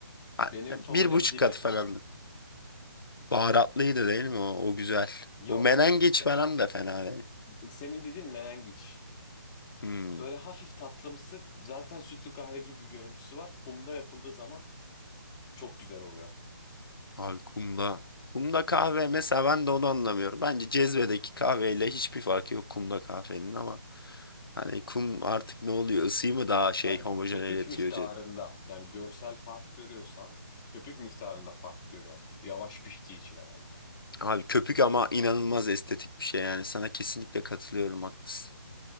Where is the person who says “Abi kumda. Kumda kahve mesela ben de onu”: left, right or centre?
Left